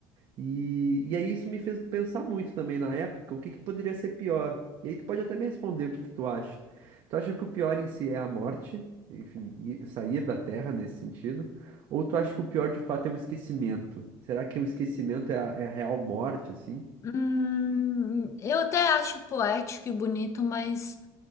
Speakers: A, on the right; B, on the left.
A: E, e aí isso me fez pensar muito também na época, o que que poderia ser pior? E aí tu pode até me responder o que que tu acha. Tu acha que o pior em si é a morte, enfim, e sair da Terra nesse sentido? Ou tu acha que o pior de fato é o esquecimento? Será que o esquecimento é a, é a real morte, assim?
B: Hum, eu até acho poético e bonito, mas.